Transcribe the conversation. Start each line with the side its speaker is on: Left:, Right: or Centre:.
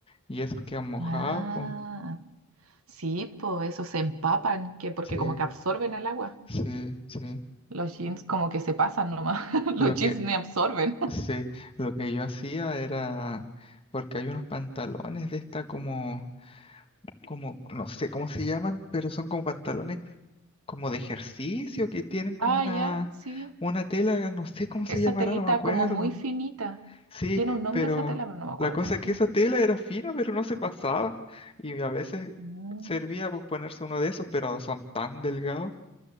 Left: y esos quedan mojados,
Right: Ah,
Left: pues.
Right: sí, pues esos se empapan, que porque
Left: Sí.
Right: como que absorben el agua.
Left: Sí, sí.
Right: Los jeans como que se pasan nomás. <laughs> Los
Left: Lo
Right: jeans
Left: que,
Right: ni absorben.
Left: sí, lo que yo hacía era, porque hay unos pantalones de esta como, como, no sé cómo se llaman, pero son como pantalones como de ejercicio que tienen como
Right: Ah,
Left: una,
Right: ya, sí.
Left: una tela, no sé cómo se
Right: Esa
Left: llamará,
Right: telita
Left: no me acuerdo.
Right: como muy finita.
Left: Sí,
Right: Tiene un nombre
Left: pero
Right: esa tela, pero no me acuerdo
Left: la cosa
Right: cómo
Left: es
Right: se
Left: que
Right: llama.
Left: esa tela era fina, pero no se pasaba. Y a veces
Right: Mm,
Left: servía pues ponerse uno de esos, pero son tan delgados.